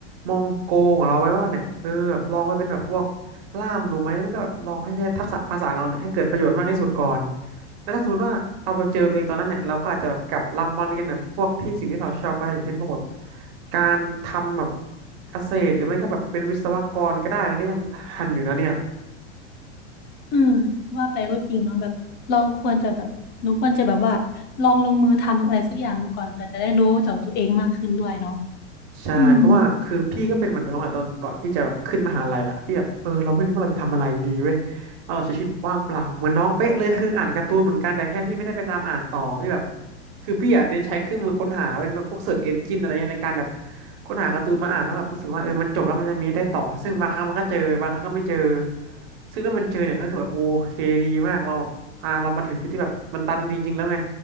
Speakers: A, on the right; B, on the left.
A: มองโกของเราไว้ว่าเนี่ยเออแบบลองไปเป็นแบบพวกล่ามดูไหมมันก็แบบลองให้ใช้ทักษะภาษาของเราเนี่ยให้เกิดประโยชน์มากที่สุดก่อนแล้วถ้าสมมติว่าเราไปเจอตัวเองตอนนั้นเนี่ยเราก็อาจจะแบบกลับลำมาเรียนแบบพวกที่สิ่งที่เราชอบก็ได้อย่างเช่นพวกแบบการทำแบบเกษตรหรือไม่ก็แบบเป็นวิศวกรก็ได้มันก็ยังทันอยู่นะเนี่ย
B: เออจะว่าไปก็จริงเนาะแบบเราควรจะแบบหนูควรจะแบบว่าลองลงมือทำอะไรสักอย่างดูก่อนเผื่อจะได้รู้จากตัวเองมากขึ้นด้วยเนาะ
A: ใช่เพราะว่าคือพี่ก็เป็นเหมือนน้องอะตอนก่อนพี่จะแบบขึ้นมหาลัยอะพี่แบบเออเราไม่รู้ว่าเราจะทำอะไรดีเว้ย
B: อืม
A: เราใช้ชีวิตว่างเปล่าเหมือนน้องเป๊ะเลยคืออ่านการ์ตูนเหมือนกันแต่แค่พี่ไม่ได้ไปตามอ่านต่อพี่แบบคือพี่อะเน้นใช้เครื่องมือค้นหาเป็นพวกเสิร์ชเอนจินอะไรเงี้ยในการแบบค้นหาการ์ตูนมาอ่านแล้วแบบรู้สึกว่าเออมันจบแล้วมันยังมีได้ต่อซึ่งบางครั้งมันก็เจอบางครั้งก็ไม่เจอซึ่งถ้ามันเจอเนี่ยก็คือแบบโอเคดีมากเราอ่าเรามาถึงจุดที่แบบมันตันจริงๆแล้วไง